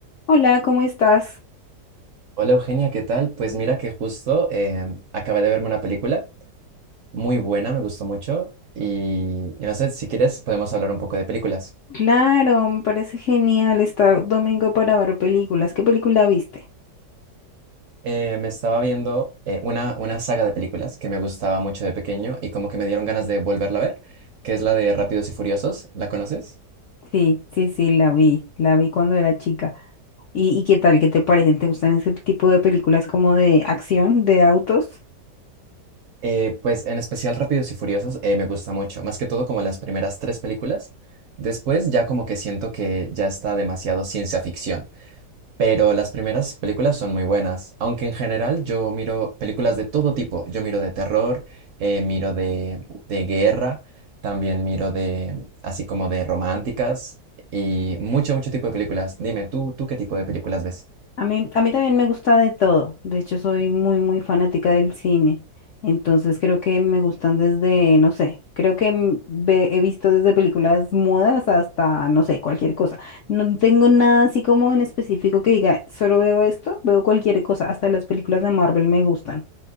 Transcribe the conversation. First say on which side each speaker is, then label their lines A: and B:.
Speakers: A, on the left; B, on the right.
A: Hola, ¿cómo estás?
B: Hola Eugenia, ¿qué tal? Pues mira que justo eh, acabé de verme una película muy buena, me gustó mucho y, y no sé, si quieres podemos hablar un poco de películas.
A: Claro, me parece genial estar domingo para ver películas. ¿Qué película viste?
B: Eh, me estaba viendo eh, una, una saga de películas que me gustaba mucho de pequeño y como que me dieron ganas de volverla a ver, que es la de Rápidos y Furiosos, ¿la conoces?
A: Sí, sí, sí, la vi, la vi cuando era chica. ¿Y, y qué tal? ¿Qué te parecen? ¿Te gustan ese tipo de películas como de acción, de autos?
B: Eh, pues en especial Rápidos y Furiosos eh, me gusta mucho, más que todo como las primeras tres películas. Después ya como que siento que ya está demasiado ciencia ficción. Pero las primeras películas son muy buenas, aunque en general yo miro películas de todo tipo. Yo miro de terror, eh, miro de, de guerra, también miro de, así como de románticas y mucho, mucho tipo de películas. Dime, ¿tú, tú qué tipo de películas ves?
A: A mí, a mí también me gusta de todo. De hecho, soy muy, muy fanática del cine. Entonces, creo que me gustan desde, no sé, creo que m- ve- he visto desde películas mudas hasta, no sé, cualquier cosa. No tengo nada así como en específico que diga, solo veo esto, veo cualquier cosa. Hasta las películas de Marvel me gustan.